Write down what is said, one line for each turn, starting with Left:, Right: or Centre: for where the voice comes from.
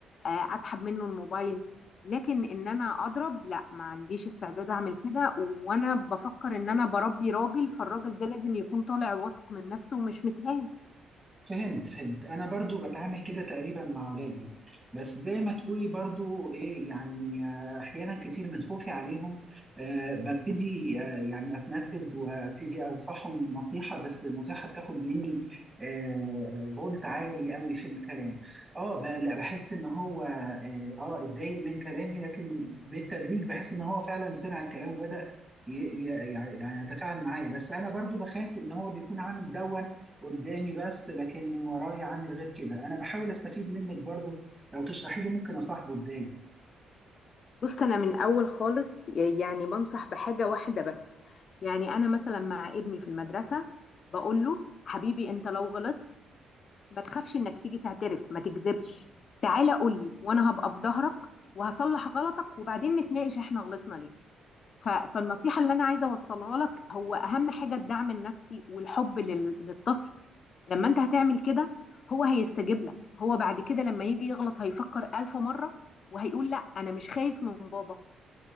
Left: آه، اسحب منه الموبايل لكن ان انا اضرب لا ما عنديش استعداد اعمل كده وانا بفكر ان انا بربي راجل فالراجل ده لازم يكون طالع واثق من نفسه ومش متهان
Right: فهمت فهمت انا برضو بتعامل كده تقريبا مع اولادي بس زي ما تقولي برضو ايه يعني آه، احيانا كتير من خوفي عليهم آه ببتدي آه يعني اتنرفز وابتدي انصحهم نصيحة بس النصيحة بتاخد مني آه فولت عالي قوي في الكلام اه ب- لا بحس ان هو اه آه، اتضايق من كلامي لكن بالتدريج بحس ان هو فعلا سمع الكلام وبدأ ي- ي- يعني يعني يتفاعل معايا بس انا برضو بخاف ان هو بيكون عامل دون قدامي بس لكن من ورايا عامل غير كده انا بحاول استفيد منك برضو لو تشرحي لي ممكن اصاحبه ازاي
Left: بص انا من اول خالص يعني بنصح بحاجة واحدة بس يعني انا مثلا مع ابني في المدرسة بقول له حبيبي انت لو غلطت ما تخافش انك تيجي تعترف ما تكذبش تعالى قول لي وانا هبقى في ظهرك وهصلح غلطك وبعدين نتناقش احنا غلطنا ليه ف- فالنصيحة اللي انا عايزة اوصلها لك هو اهم حاجة الدعم النفسي والحب لل- للطفل لما انت هتعمل كده هو هيستجيب لك هو بعد كده لما يجي يغلط هيفكر ألف مرة وهيقول لا انا مش خايف من بابا